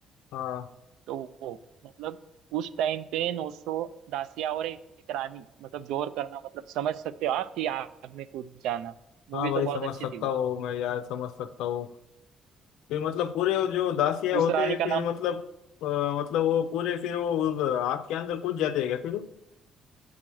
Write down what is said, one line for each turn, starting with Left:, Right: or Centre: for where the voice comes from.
Left: हाँ
Right: तो वो मतलब उस टाइम पे नोसो दासिया और एक रानी मतलब जोर करना मतलब समझ सकते हो आप कि आग में कूद जाना मूवी
Left: हाँ भाई
Right: तो बहुत
Left: समझ
Right: अच्छी
Left: सकता
Right: थी वो
Left: हूँ मैं यार समझ सकता हूँ फिर मतलब पूरे वो जो दासिया होते
Right: उस रानी
Left: हैं
Right: का
Left: फिर
Right: नाम
Left: मतलब अ, मतलब वो पूरे फिर वो उस आग के अंदर कूद जाते हैं क्या फिर